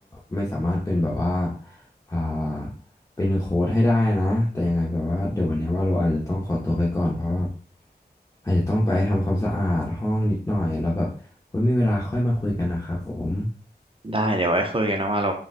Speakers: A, on the left; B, on the right.
A: ไม่สามารถเป็นแบบว่าอ่าเป็นโค้ดให้ได้นะ แต่ยังไงแบบว่าเดี๋ยววันเนี้ยว่าเราอาจจะต้องขอตัวไปก่อน เพราะว่าอาจจะต้องไปทำความสะอาดห้องนิดหน่อย แล้วแบบไว้มีเวลาค่อยมาคุยกันนะครับผม
B: ได้ เดี๋ยวไว้คุยกันนะว่าโล